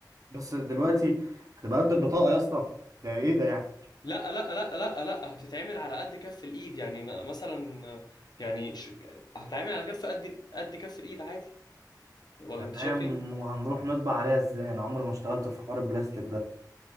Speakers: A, on the right; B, on the left.
A: بس دلوقتي هتبقى قد البطاقة يا اسطى ده ايه ده يعني
B: لا لا لا لا لا هتتعمل على قد كف الايد يعني م- مثلا يعني ش... هتتعمل على كف قد ال- قد كف الايد عادي ولا
A: تمام
B: انت شايف ايه
A: وهنروح نطبع عليها ازاي انا عمري ما اشتغلت في حوار البلاستيك ده